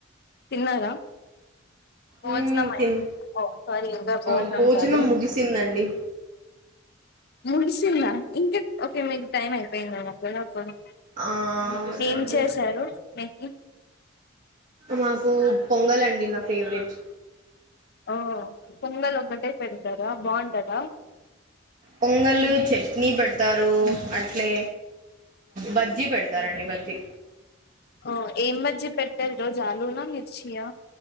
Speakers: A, on the left; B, on the right.
A: తిన్నారా భోజనం
B: మ్మ్
A: అయ్యింది
B: తిన్
A: ఓ సారీ ఇంకా బోజనం
B: ఆ భోజనం
A: చాలు
B: ముగిసిందండి
A: ముగిసిందా ఇంక ఒకే మీకు టైం అయిపోయిందక్కడప్పుడు
B: ఆ అవునండి
A: ఏం చేశారు మీకు
B: మాకు పొంగల్ అండి నా ఫేవరెట్
A: ఆఓ పొంగల్ ఒబటే పెడతారా బాగుంటదా
B: పొంగల్ చట్నీ పెడతారు అట్లే బజ్జీ పెడతారండి బజ్జీ
A: ఓ ఏం మధ్య పెట్టారు రోజాలునా నిర్చియా